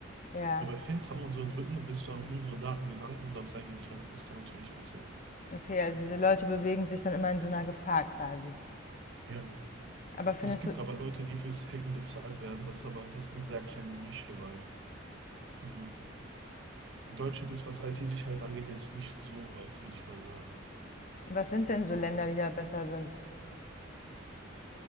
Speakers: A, on the left (about 40°); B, on the right (about 60°).
A: Ja,
B: Aber hinter unseren Rücken bist du an unsere Daten gegangen und dann zeigen die dich an. Das kann natürlich auch sein.
A: okay, also diese Leute bewegen sich dann immer in so einer Gefahr quasi.
B: Ja.
A: Aber findest
B: Es gibt
A: du,
B: aber Leute, die fürs Hacken bezahlt werden. Das ist aber, das ist eine sehr kleine Nische, weil hm, Deutschland ist, was IT-Sicherheit angeht, jetzt nicht so weit, würde ich mal sagen.
A: Was sind denn so Länder, die da besser sind?